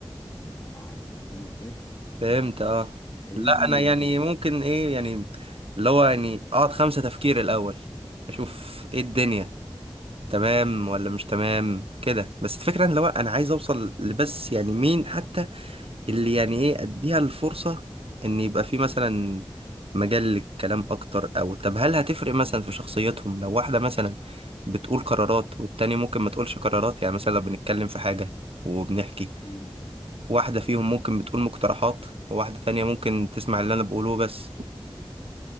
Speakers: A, on the left (about 35°); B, on the right (about 75°).
A: ابقى معاها انت فاهم ازاي؟
B: فهمت اه
A: هيجي
B: لا انا يعني ممكن ايه يعني اللي هو يعني اقعد خمسة تفكير الاول اشوف ايه الدنيا تمام ولا مش تمام كده بس الفكرة ان لو انا عايز اوصل لبس يعني مين حتى اللي يعني ايه اديها الفرصة ان يبقى في مثلا مجال للكلام اكتر او طب هل هتفرق مثلا في شخصيتهم لو واحدة مثلا بتقول قرارات والتانية ممكن ما تقولش قرارات يعني مثلا لو بنتكلم في حاجة وبنحكي
A: مم.
B: واحدة فيهم ممكن بتقول مقترحات وواحدة تانية ممكن تسمع اللي انا بقوله بس